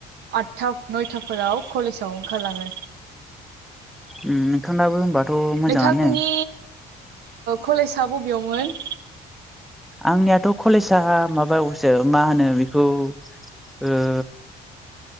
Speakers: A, on the right; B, in the centre.
A: आथथा नयथाफोराव कलेजाव ओंखारलाङो
B: उम नोंथांनाबो होनोमबाथ मोजाङानो
A: नोंथांनि कलेजआ बबेयावमोन
B: आंनियाथ कलेजा माबायावसो मा होनो बेखौ ओ